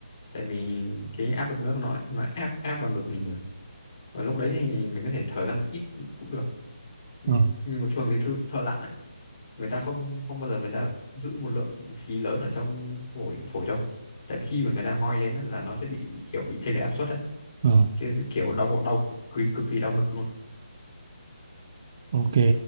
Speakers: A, on the left; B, on the right.
A: tại vì cái áp lực nước nó nó áp áp vào ngực mình rồi và lúc đấy thì mình có thể thở ra một ít cũng được Nh-
B: Ờ,
A: nhưng mà thường thì thợ, thợ lặn ấy, người ta không không bao giờ người ta giữ một lượng khí lớn ở trong phổi phổi đâu tại vì khi mà người ta ngoi lên á, là nó sẽ bị kiểu bị chênh lệch áp suất đấy
B: ờ,
A: kiểu, kiểu đau đau cực kỳ cực kỳ đau ngực luôn
B: ok.